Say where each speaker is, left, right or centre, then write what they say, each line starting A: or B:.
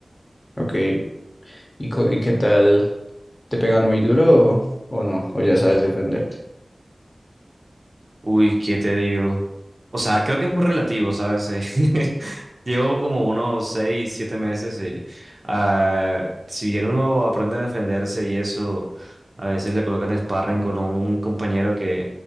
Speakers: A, on the left; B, on the right.
A: ok. ¿Y, co- y qué tal? ¿Te pegan muy duro o, o no? ¿O ya sabes defenderte?
B: Uy, ¿qué te digo? O sea, creo que es muy relativo, ¿sabes? Eh, <laughs> Llevo como unos seis, siete meses y ah, si bien uno aprende a defenderse y eso, a veces le colocan sparring con un compañero que